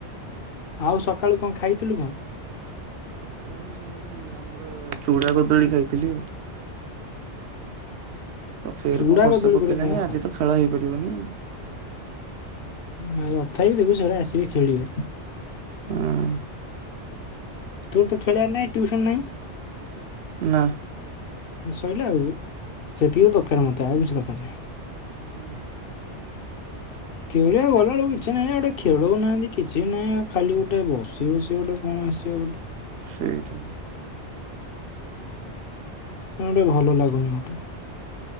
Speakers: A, on the left; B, on the right.
A: ଆଉ ସଖାଳୁ କଣ ଖାଇଥିଲୁ କଣ?
B: ସଖାଳୁ ସେଇ ଆମର ଚୂଡ଼ା କଦଳୀ ଖାଇଥିଲି ଆଉ। ତ ଫେର
A: ଚୁଡା
B: କଣ ବର୍ଷା
A: କଦଳୀ
B: ପକେଇଲାଣି
A: ଗୋଟେ କଣ ଖାଉ
B: ଆଜି ତ ଖେଳ ହେଇପାରିବନି ଆଉ।
A: ନା ତଥାପି ଦେଖିବୁ ସେରା ଆସିବେ ଖେଳିବେ।
B: ହଁ
A: ତୋର ତୋ ଖେଳିବାର ନାହି ଟ୍ୟୁସନ ନାହିଁ।
B: ନା।
A: ସଇଲା ଆଉ ସେତିକି ତ ଦରକାର ମତେ ଆଉ କିଛି ଦରକାର ନାହିଁ।
B: ହଁ।
A: ଖେଳିଆକୁ ଗଲାବେଳକୁ କିଛି ନାହିଁ ଯେ ଗୋଟେ ଖେଳଉନାହାନ୍ତି କିଛି ନାହିଁ ଖାଲି ଗୋଟେ ବସି ବସି ଗୋଟେ କଣ ଆସିବ ଗୋଟେ।
B: ସେଇଠାରେ।
A: କଣ ଗୋଟେ ଭଲ ଲାଗୁନି ମତେ।